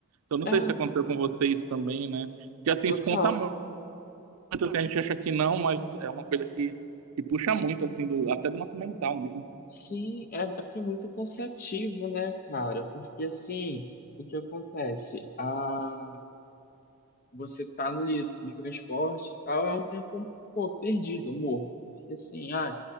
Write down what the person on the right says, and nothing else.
Então, não
sei se aconteceu com você isso também, né? Porque, assim,
isso conta muito, assim, a gente acha que não, mas é uma coisa que, que puxa muito, assim, do, até do nosso mental mesmo.